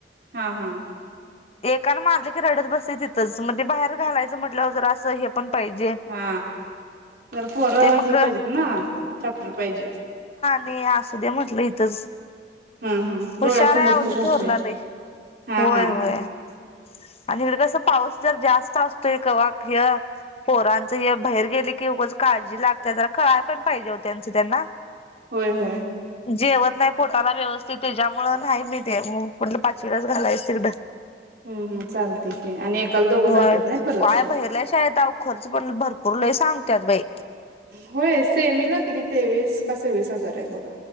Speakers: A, on the right; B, on the left.
A: हा हा
B: एकान मारले की रडत बसतय तिथंच म बाहेर घालायचं म्हटल्यावर जरा असं हे पण पाहिजे
A: हा जरा पोरं
B: ते मग
A: हे पाहिजेत ना चापटर पाहिजेत.
B: ते आणि असूद्या म्हटलं इथंच
A: हम् हम डोळ्यासमोरच
B: हुशार हाय आहो
A: राहते
B: थोरला लइ
A: हा
B: होय
A: हा
B: होय आणि हिकडं कस पाऊस जर जास्त असतोय. कवा ह्य पोरांच हे बाहेर गेले की उगच काळजी लागते तर कळाय पण पाहिजे हो त्यांचं त्यांना
A: होय होय
B: जेवत नाय पोटाला व्यवस् ते त्याच्यामुळ नाही मी ते मग म्हटलं पाचवीेला घालायचं तिकडं
A: हम् हम चालते की आणि एकाला दोघं जातात
B: होय
A: नाही परत
B: काय बहेरल्या शाळेत अहो खर्च पण भरपूर लय सांगत्यात बय
A: होय सेमीला किती तेवीस का सव्वीस हजार हाय बघा